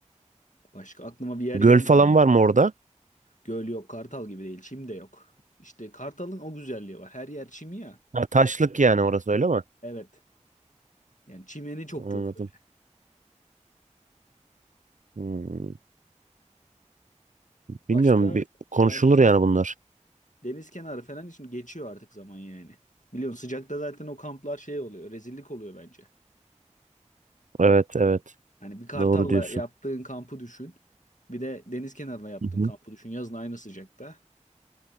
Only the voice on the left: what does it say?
Başka aklıma bir yer
gelmiyor.
yani.
Göl yok, Kartal gibi değil, çim de yok. İşte Kartal'ın o güzelliği var. Her yer çim ya.
Evet. Yani çimeni çok
yok öyle.
Başka
yani şey
Deniz kenarı falan için geçiyor artık zaman yani. Biliyorsun sıcakta zaten o kamplar şey oluyor. Rezillik oluyor bence.
Hani bir Kartal'la
yaptığın kampı düşün. Bir de deniz kenarına yaptığın
kampı düşün. Yazın aynı sıcakta.